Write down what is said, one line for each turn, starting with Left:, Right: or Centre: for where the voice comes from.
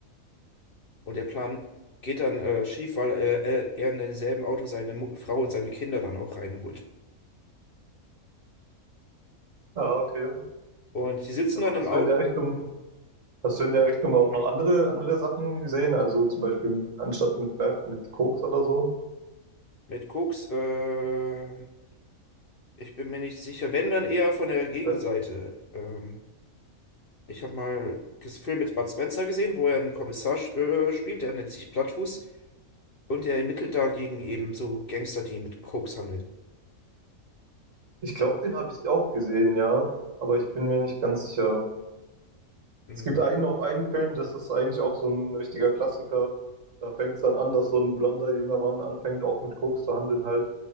Left: Und der Plan geht dann äh, schief, weil äh, er er in demselben Auto seine Mu Frau und seine Kinder dann auch reinholt.
Right: Ah, okay.
Left: Und sie sitzen
Right: Da
Left: dann im
Right: hast
Left: Auto
Right: du in der Richtung, Hast du in der Richtung auch noch andere, andere Sachen gesehen? Also zum Beispiel anstatt mit Meth, mit Koks oder so?
Left: mit Koks. Äh, ich bin mir nicht sicher, wenn dann eher von der Gegenseite.
Right: Weil
Left: Ähm, ich habe mal einen Film mit Bud Spencer gesehen, wo er einen Kommissar äh, spielt, der nennt sich Plattfuß. Und er ermittelt dagegen eben so Gangster, die mit Koks handeln.
Right: Ich glaube, den habe ich auch gesehen, ja. Aber ich bin mir nicht ganz sicher.
Left: Mhm.
Right: Es gibt einen auf einen Film, das ist eigentlich auch so ein richtiger Klassiker. Da fängt es dann an, dass so ein blonder junger Mann anfängt, auch mit Koks zu handeln halt.